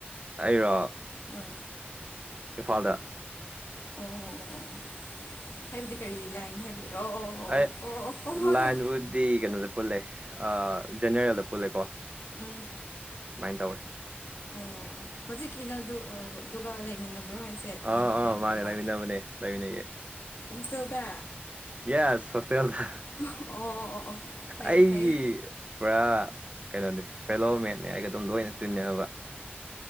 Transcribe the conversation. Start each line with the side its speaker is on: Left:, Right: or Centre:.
Right: ꯑꯩꯔꯣ
Left: ꯍꯣꯏ
Right: ꯏꯝꯐꯥꯜꯗ
Left: ꯑꯣ ꯑꯣ ꯑꯣ ꯍꯥꯏꯕꯗꯤ ꯀꯔꯤ ꯂꯥꯏꯟ ꯍꯥꯏꯕꯗꯤ ꯑꯣ ꯑꯣ
Right: ꯑꯦ
Left: ꯑꯣ ꯑꯣ ꯑꯣ ꯍꯣꯏ
Right: ꯂꯥꯏꯟꯕꯨꯗꯤ
Left: ꯍꯣꯏ
Right: ꯀꯩꯅꯣꯗ ꯄꯨꯜꯂꯦ ꯖꯦꯅꯦꯔꯦꯜꯗ ꯄꯨꯜꯂꯦꯀꯣ
Left: ꯎꯝ
Right: ꯁꯃꯥꯏꯅ ꯇꯧꯋꯦ
Left: ꯑꯣ ꯍꯧꯖꯤꯛꯀꯤꯅ ꯑꯗꯨꯒ ꯂꯩꯃꯤꯟꯅꯕ꯭ꯔꯣ ꯍꯥꯏꯁꯦ
Right: ꯑꯥ
Left: ꯅꯃꯥꯟꯅꯕꯗꯨꯒ
Right: ꯑꯥ ꯃꯥꯅꯦ ꯂꯩꯃꯤꯟꯅꯕꯅꯦ ꯂꯩꯃꯤꯟꯅꯩ
Left: ꯍꯣꯁꯇꯦꯜꯗ
Right: ꯌꯦꯁ ꯍꯣꯁꯇꯦꯜꯗ
Left: ꯑꯣ ꯑꯣ ꯑꯣ ꯑꯣ ꯐꯩꯌꯦ
Right: ꯑꯩꯒꯤ
Left: ꯐꯩꯌꯦ
Right: ꯄꯨꯔꯥ ꯀꯩꯅꯣꯗꯤ ꯐꯦꯂꯣ ꯃꯦꯠꯅꯦ ꯑꯩꯒ ꯑꯗꯨꯝ ꯂꯣꯏꯅ ꯇꯤꯟꯅꯕ